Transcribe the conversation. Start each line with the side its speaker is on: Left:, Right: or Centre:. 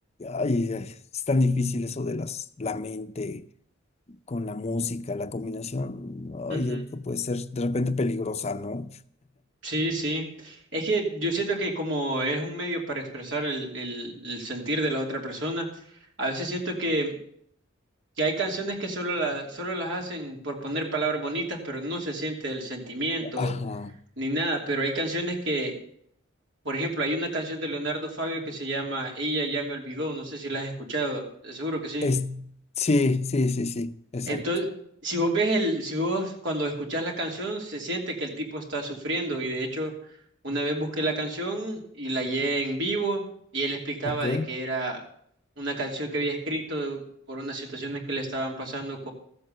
Left: ay, ay, es tan difícil eso de las, la mente con la música, la combinación.
Right: Ujú,
Left: ay, yo creo que puede ser de repente peligrosa, ¿no?
Right: Sí, sí. Es que yo siento que como es un medio para expresar el, el- el sentir de la otra persona, a veces siento que que hay canciones que solo, la- solo las hacen por poner palabras bonitas, pero no se siente el sentimiento
Left: Ajá.
Right: ni nada, pero hay canciones que, por ejemplo, hay una canción de Leonardo Fabio que se llama Ella ya me olvidó, no sé si la has escuchado, seguro que sí.
Left: Es, sí, sí, sí, sí, exacto.
Right: Entonces, si vos ves el, si vos cuando escuchás la canción se siente que el tipo está sufriendo y de hecho una vez busqué la canción y la hallé en vivo y él explicaba
Left: Ok.
Right: de que era una canción que había escrito por unas situaciones que le estaban pasando